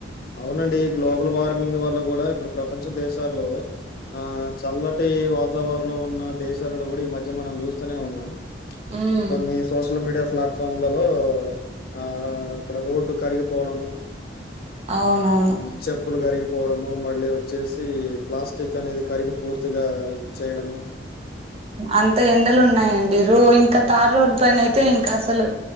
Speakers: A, on the left; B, on the right.
A: అవునండి గ్లోబల్ వార్మింగ్ వల్ల కూడా ఇప్పుడు ప్రపంచ దేశాల్లో ఆ చల్ల టే వాతావరణం ఉన్న దేశాలలో కూడా ఈ మధ్య మనం చూస్తూనే ఉన్నాం
B: ఉమ్
A: కొన్ని సోషల్ మీడియా ప్లాట్ఫా ఫామ్ లలో ఆ అక్కడ రోడ్డు కరిగిపోవడము.
B: అవునవును
A: హ్మ్. చెప్పులు కరిగిపోవడము మళ్ళీ వచ్చేసి ప్లాస్టిక్ అనేది కరిగి పూర్తిగా చేయడము.
B: అంత ఎండలు ఉన్నాయండి రో ఇంకా తార్ రోడ్డు పైన అయితే ఇంకా అసలు